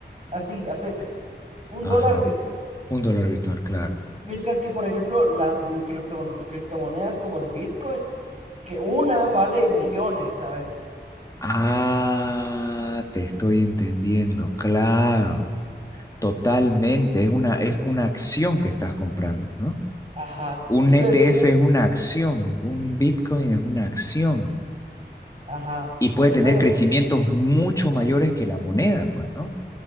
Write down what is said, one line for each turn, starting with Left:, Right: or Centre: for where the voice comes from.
Right: así, a secas, un
Left: Ajá.
Right: dólar virtual.
Left: Un dólar virtual, claro.
Right: Mientras que, por ejemplo, las bi- criptomon- criptomonedas como el Bitcoin, que una vale millones, ¿sabes?
Left: Ah, te estoy entendiendo, claro. Totalmente. Es una, es una acción que estás comprando, ¿no?
Right: Ajá.
Left: Un
Right: Entonces,
Left: ETF
Right: el-
Left: es una acción, un Bitcoin es una acción
Right: ajá.
Left: y puede
Right: Entonces,
Left: tener crecimientos mucho mayores que la moneda, pues, ¿no?